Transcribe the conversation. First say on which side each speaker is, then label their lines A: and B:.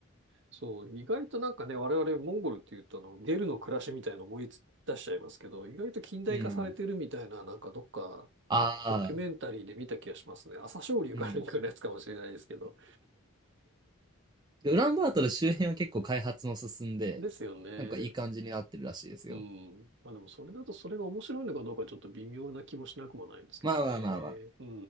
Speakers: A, on the right (about 55°); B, on the right (about 20°).
A: そう、意外となんかね、我々モンゴルっていうとあの、ゲルの暮らしみたいなの思い出しちゃいますけど、意外と近代化されてるみたいな、
B: うん。
A: なんかどっか
B: ああ、
A: ドキュメンタリーで見た気がしますね。朝青龍かなんかのやつかもしれないですけど。
B: うん。で、ウランバートル周辺は結構開発も進んで、
A: ですよね。
B: なんかいい感じになってるらしいですよ。
A: うん。まあでもそれだとそれが面白いのかどうかちょっと微妙な気もしなくもないですけどね。
B: まあまあまあまあ。
A: う